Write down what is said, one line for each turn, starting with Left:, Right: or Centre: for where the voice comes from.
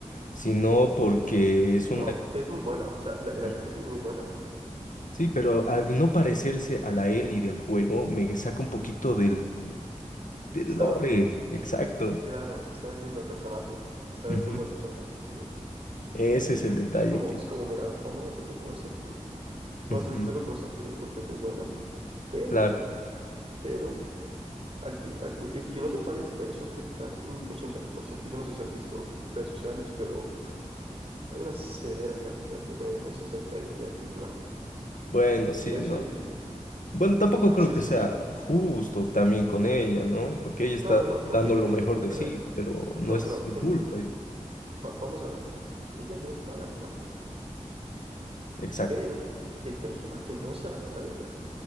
Left: sino porque es
Right: No,
Left: una...
Right: es muy buena, o sea, la,
Left: Ujú.
Right: la actriz es muy buena.
Left: Sí, pero al no parecerse a la Ellie del juego, me saca un poquito del, del
Right: Está,
Left: lore. Exacto.
Right: claro, está vendiendo al personaje, está vendiendo
Left: Ujú.
Right: al personaje, sí.
Left: Ese es el detalle
Right: Es como,
Left: que...
Right: es como, mira, vamos a hacerlo con esta, actriz, vamos
Left: Ujú.
Right: a hacerlo con esta actriz porque es muy buena, pero,
Left: Claro.
Right: pero, al que, al que, el que no se parezca, eso afecta un ochenta por ciento Yo no sé si has visto redes sociales, pero hay una severa cantidad de memes acerca de ella, y bueno,
Left: Bueno, sí,
Right: eso
Left: no.
Right: y,
Left: Bueno, tampoco
Right: <laughs> sí,
Left: creo que
Right: sí,
Left: sea
Right: sí.
Left: justo también con ella, ¿no? Porque ella está
Right: No, no, no, porque,
Left: dando lo
Right: eh,
Left: mejor de
Right: o
Left: sí,
Right: sea,
Left: pero no
Right: no,
Left: es
Right: pero
Left: su
Right: en-
Left: culpa.
Right: eh,
Left: ¿eh?
Right: va- vamos a ver, ella no es mala actuando,
Left: Exacto,
Right: pero el personaje no se adapta a ella.